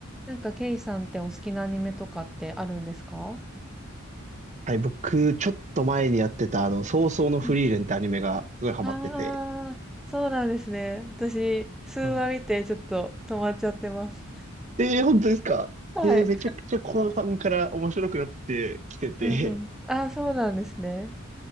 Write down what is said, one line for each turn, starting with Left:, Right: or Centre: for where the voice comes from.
Centre: なんか、ケイさんってお好きなアニメとかってあるんですか
Right: はい、僕、ちょっと前にやってた、あの、早々のフリーレンってアニメがすごいハマってて。
Centre: うん。ああー、そうなんですね。私、数話見てちょっと止まっちゃってます。
Right: うんえー、本当ですかえー、
Centre: はい。
Right: めちゃくちゃ後半から面白くなってきてて、
Centre: うんうん。ああ、そうなんですね。